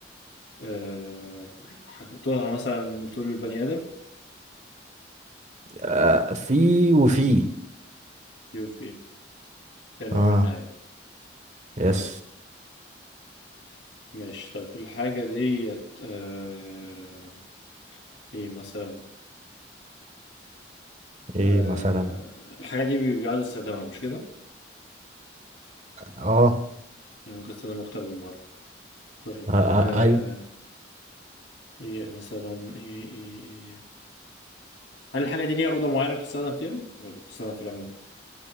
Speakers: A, on the left; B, on the right.
A: آه، حاجتها مثلا طول البني آدم؟
B: آه، في وفي
A: يوفي كلمة
B: اه
A: من ناحية
B: يس
A: طيب ماشي طيب الحاجة ديت آه... ايه مثلا
B: ايه
A: آه...
B: مثلا
A: الحاجة دي بي- بيقعدوا يستخدمها مش كده؟
B: اه,
A: يعني ممكن استخدمها أكتر من مرة طيب
B: آه, آه
A: آه...
B: ايوه
A: ايه مثلا ايه ايه ايه هل الحاجة دي ليها أوضة معينة بتستخدم فيها؟ ولا بتستخدم في العموم؟